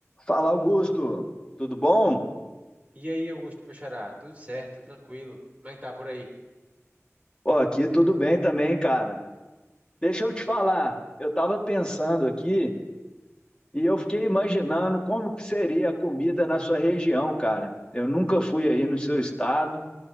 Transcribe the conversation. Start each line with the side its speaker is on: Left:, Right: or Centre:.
Left: Fala, Augusto, tudo bom?
Right: E aí, Augusto, meu xará, tudo certo, tranquilo? Como é que tá por aí?
Left: Ó, aqui tudo bem também, cara. Deixa eu te falar, eu estava pensando aqui e eu fiquei imaginando como que seria a comida na sua região, cara. Eu nunca fui aí no seu estado